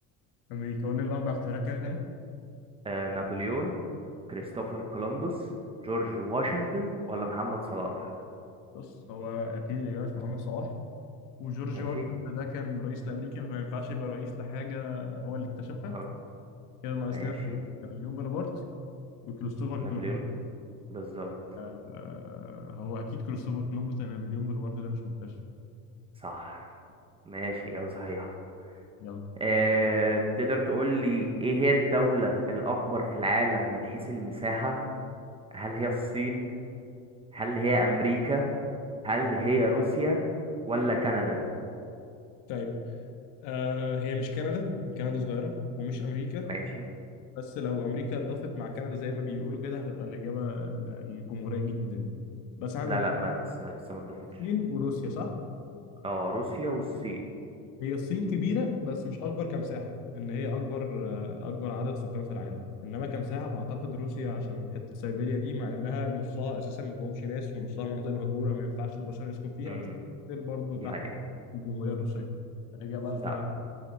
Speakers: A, on the left; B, on the right.
A: امريكا قول لي الاربع اختيارات كده تاني
B: آه، نابليون كريستوفر كولومبوس جورج واشنطن ولا محمد صلاح
A: بص هو اكيد الاجابه مش محمد صلاح وجورج
B: ماشي
A: واشنطن ده كان رئيس لامريكا فما ينفعش يبقى رئيس لحاجه هو اللي اكتشفها
B: آه،
A: كده ناقصنا
B: ماشي
A: نابليون بونابرت وكريستوفر
B: نابليون
A: كولومبوس
B: بالظبط
A: آه هو اكيد كريستوفر كولومبوس لان نابليون بونابرت ده مش مكتشف
B: صح ماشي إجابة صحيحة
A: يلا
B: أه تقدر تقول لي ايه هي الدولة الأكبر في العالم من حيث المساحة هل هي الصين هل هي امريكا هل هي روسيا ولا كندا
A: طيب آه هي مش كندا كندا صغيرة ومش أمريكا
B: ماشي
A: بس لو أمريكا اتضافت مع كندا زي ما بيقولوا كده هتبقى الإجابة ال- الجمهورية الجديدة دي بس عندك
B: لا لا ما لسه لسه ما اتضافتش
A: الصين وروسيا صح؟
B: اه روسيا والصين
A: هي الصين كبيرة بس مش أكبر كمساحة إن هي أكبر آه، أكبر عدد سكان في العالم إنما كمساحة فأعتقد روسيا عشان حتة سيبيريا دي مع إنها نصها أساسا ما فيهمش ناس ونصها مناطق مهجورة ما ينفعش البشر يسكن فيها
B: امم
A: بس برضه
B: دي
A: تحت
B: هي
A: الجمهورية الروسية الإجابة بقى الحقيقة
B: لا